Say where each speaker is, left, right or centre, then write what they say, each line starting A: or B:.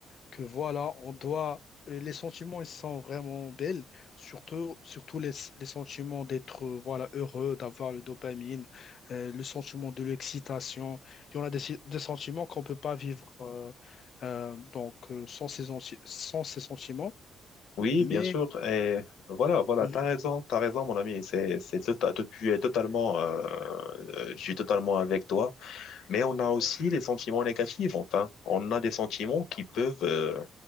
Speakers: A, on the left; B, on the left.
A: que voilà, on doit. euh, Les sentiments, ils sont vraiment belles, surtout, surtout les, les sentiments d'être euh, voilà, heureux, d'avoir le dopamine, euh, le sentiment de l'excitation. Il y en a des, des sentiments qu'on ne peut pas vivre euh, euh, donc, euh, sans ces, anti- sans ces sentiments.
B: Oui,
A: Mais
B: bien sûr. Et voilà, voilà,
A: oui,
B: t'as raison, t'as raison, mon ami. C'est, c'est, tota- tu es totalement, euh, euh, je suis totalement avec toi. Mais on a aussi les sentiments négatifs, enfin. On a des sentiments qui peuvent, euh,